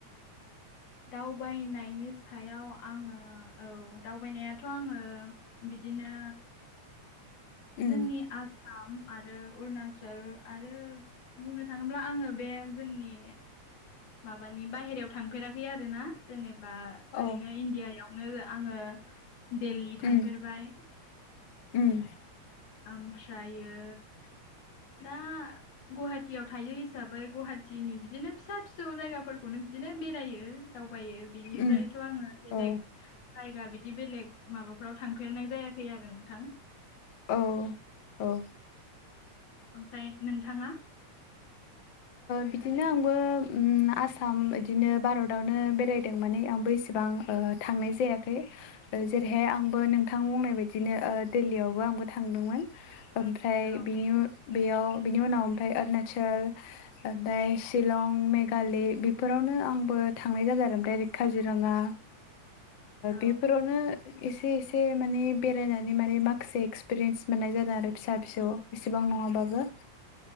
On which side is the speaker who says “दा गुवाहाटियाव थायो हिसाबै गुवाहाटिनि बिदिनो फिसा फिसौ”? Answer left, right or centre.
Left